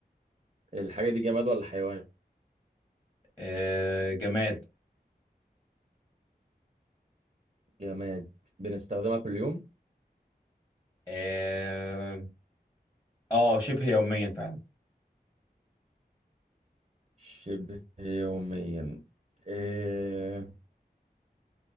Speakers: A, on the right; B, on the left.
A: الحاجة دي جماد ولا حيوان؟
B: آه، جماد
A: جماد بنستخدمها كل يوم
B: اه آه، شبه يوميا فعلا
A: شبه يوميا إيه